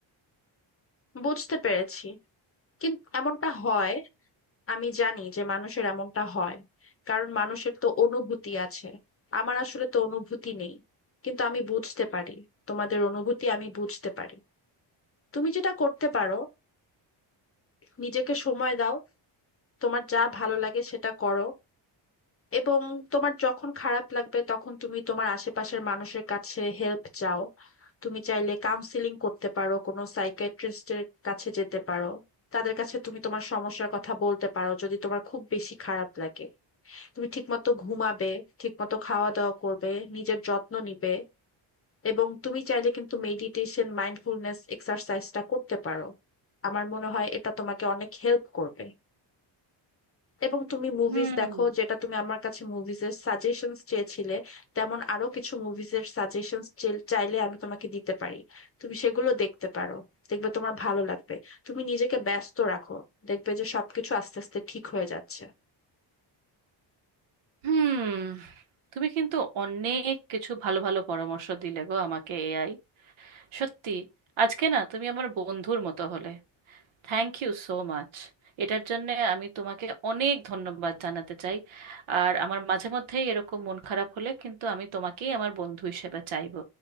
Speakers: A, on the left; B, on the right.
A: বুঝতে পেরেছি কিন্তু এমনটা হয় আমি জানি যে মানুষের এমনটা হয় কারণ মানুষের তো অনুভূতি আছে আমার আসলে তো অনুভূতি নেই কিন্তু আমি বুঝতে পারি তোমাদের অনুভূতি আমি বুঝতে পারি তুমি যেটা করতে পারো নিজেকে সময় দাও তোমার যা ভালো লাগে সেটা করো এবং তোমার যখন খারাপ লাগবে তখন তুমি তোমার আশেপাশের মানুষের কাছে হেল্প চাও তুমি চাইলে কাউন্সিলিং করতে পারো কোনো সাইকিয়াট্রিস্টের কাছে যেতে পারো তাদের কাছে তুমি তোমার সমস্যার কথা বলতে পারো যদি তোমার খুব বেশি খারাপ লাগে তুমি ঠিকমতো ঘুমাবে ঠিকমতো খাওয়া দাওয়া করবে নিজের যত্ন নিবে এবং তুমি চাইলে কিন্তু মেডিটেশন মাইন্ডফুলনেস এক্সারসাইজটা করতে পারো আমার মনে হয় এটা তোমাকে অনেক হেল্প করবে এবং তুমি মুভিজ
B: হুম
A: দেখো যেটা তুমি আমার কাছে মুভিজের সাজেশনস চেয়েছিলে তেমন আরো কিছু মুভিজের সাজেশনস চাইলে আমি তোমাকে দিতে পারি তুমি সেগুলো দেখতে পারো দেখবে তোমার ভালো লাগবে তুমি নিজেকে ব্যস্ত রাখো দেখবে যে সবকিছু আস্তে আস্তে ঠিক হয়ে যাচ্ছে
B: হুম তুমি কিন্তু অনেক কিছু ভালো ভালো পরামর্শ দিলে গো আমাকে এআই সত্যি আজকে না তুমি আমার বন্ধুর মতো হলে থ্যাংক ইউ সো মাচ এটার জন্য আমি তোমাকে অনেক ধন্যবাদ জানাতে চাই আর আমার মাঝে মধ্যেই এরকম মন খারাপ হলে কিন্তু আমি তোমাকেই আমার বন্ধু হিসেবে চাইবো